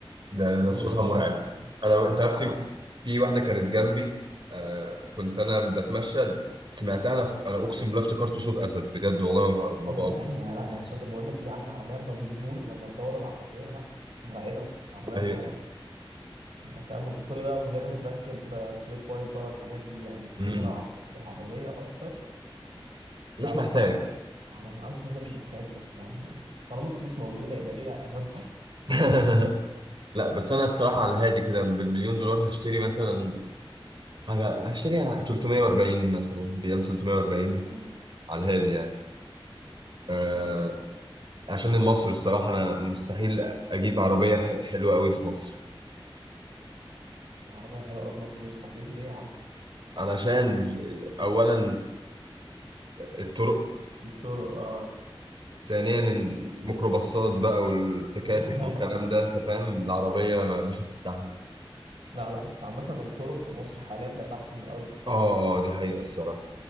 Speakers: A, on the right; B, on the right.
A: ده
B: اه
A: ده صوتها
B: والله
A: مرعب
B: العظيم
A: انا انت
B: انا
A: عارف
B: يعني
A: في في واحده كانت جنبي آه كنت انا بتمشى سمعتها انا انا اقسم بالله افتكرته صوت اسد بجد والله ما بقى ما
B: ايوه
A: بقى
B: ايوه يا لا يا صوت بقول لك ايه يا عم العربيه اما بتدور لما تدور العربيه لا مرعبه عربيه
A: ايوه
B: مرعبه انت فاهم وغير- كل ده من غير ما تركب آه، ستريب بايب بقى والحاجات دي يعني انت
A: مم.
B: كده كده لو عدلت العربيه اكتر
A: مش
B: لا لا
A: محتاج
B: حلو احلام اه كده كده مش محتاج بس يعني طالما فلوس موجوده يبقى ليه لا <laughs>
A: <laughs> لا بس انا الصراحه على هادي كده بالمليون دولار هشتري مثلا حاجه هشتري 340 مثلا بي ام 340
B: مم.
A: على الهادي يعني أه
B: آه،
A: عشان المصر الصراحه انا مستحيل اجيب عربيه ح- حلوه قوي في مصر
B: العربيه حلوه أوي في مصر مستحيل ليه يا عم
A: علشان اولا الطرق
B: التورو اه
A: ثانيا الميكروباصات بقى والتكاتك
B: <laughs>
A: والكلام ده انت فاهم العربيه ما مش هتستحمل
B: لا لا بس عامة الطرق في مصر حاليا بقت أحسن من الأول بكتير
A: اه
B: بكتير
A: اه دي حقيقه الصراحه